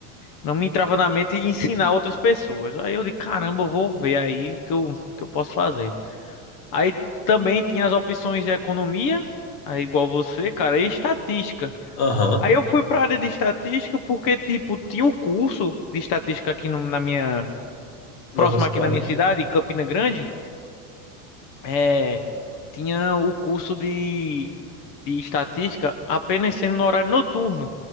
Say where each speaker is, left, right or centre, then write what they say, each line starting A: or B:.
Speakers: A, on the left; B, on the left.
A: Não me entrava na mente ensinar outras pessoas. Aí eu de caramba, eu vou ver aí o que eu, que eu posso fazer. Aí também tinha as opções de economia, aí igual você, cara, e estatística.
B: Aham,
A: Aí eu fui para área de estatística porque, tipo, tinha um curso de estatística aqui no- na minha,
B: na
A: próximo
B: sua cidade.
A: aqui na minha cidade, em Campina Grande, é, tinha o curso de, de estatística apenas sendo no horário noturno.